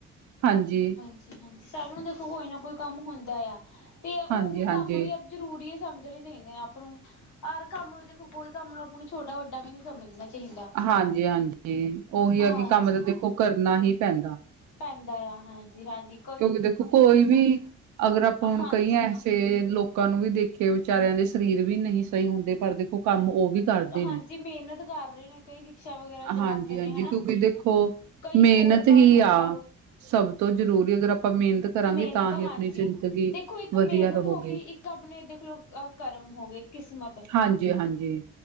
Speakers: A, on the right; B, on the left.
A: ਹਾਂਜੀ।
B: ਹਾਂਜੀ ਸਭ ਨੂੰ ਦੇਖੋ ਕੋਈ ਨਾ ਕੋਈ ਕੰਮ ਹੁੰਦਾ ਆ ਤੇ ਉਹ
A: ਹਾਂਜੀ ਹਾਂਜੀ
B: ਕੰਮ ਵੀ ਜ਼ਰੂਰੀ ਸਮਝਣੇ ਚਾਹੀਦੇ ਆ ਆਪ ਨੂੰ। ਹਰ ਕੰਮ ਨੂੰ ਦੇਖੋ ਕੋਈ ਕੰਮ ਨੂੰ ਆਪ ਨੂੰ ਛੋਟਾ ਵੱਡਾ ਵੀ ਨੀ ਸਮਝਣਾ। ਚਾਹੀਦਾ
A: ਹਾਂਜੀ ਹਾਂਜੀ ਉਹੀ ਆ
B: ਹਾਂਜੀ
A: ਕਿ ਕੰਮ ਦਾ ਦੇਖੋ ਕਰਨਾ ਹੀ ਪੈਂਦਾ।
B: ਪੈਂਦਾ ਆ ਹਾਂਜੀ, ਹਾਂਜੀ।
A: ਕਿਉਂਕਿ ਦੇਖੋ ਕੋਈ ਵੀ ਅਗਰ ਆਪਾਂ ਹੁਣ
B: ਹਾਂਜੀ
A: ਕਹੀਏ ਤੇ ਲੋਕਾਂ ਨੂੰ ਵੀ ਦੇਖੇ ਵਿਚਾਰਿਆਂ ਦੇ ਸਰੀਰ ਵੀ ਨਹੀਂ ਸਹੀ ਹੁੰਦੇ ਪਰ ਦੇਖੋ ਕੰਮ ਉਹ ਵੀ ਕਰਦੇ
B: ਹਾਂਜੀ
A: ਨੇ
B: ਮਿਹਨਤ ਕਰ ਰਹੇ ਨੇ ਕਈ ਰਿਕਸ਼ਾ ਵਗੈਰਾ ਚਲਾਉਂਦੇ
A: ਹਾਂਜੀ,
B: ਨੇ
A: ਹਾਂਜੀ
B: ਹਨਾ।
A: ਕਿਉਂਕਿ ਦੇਖੋ
B: ਕਈ
A: ਮਿਹਨਤ
B: ਹੋਰ ਕੰਮ
A: ਹੀ
B: ਲਗਾ
A: ਆ
B: ਲੋ
A: ਸਭ ਤੋਂ ਜ਼ਰੂਰੀ ਅਗਰ ਆਪਾਂ ਮਿਹਨਤ ਕਰਾਂਗੇ
B: ਮਿਹਨਤ
A: ਤਾਂ ਹੀ
B: ਹਾਂਜੀ
A: ਆਪਣੀ ਜ਼ਿੰਦਗੀ
B: ਦੇਖੋ ਇੱਕ
A: ਵਧੀਆ
B: ਮਿਹਨਤ
A: ਰਹੋਗੀ
B: ਹੋ ਗਈ ਇੱਕ ਆਪਣੇ ਦੇਖ ਲਓ ਅ ਕਰਮ ਹੋ ਗਈ ਕਿਸਮਤ।
A: ਹਾਂਜੀ ਹਾਂਜੀ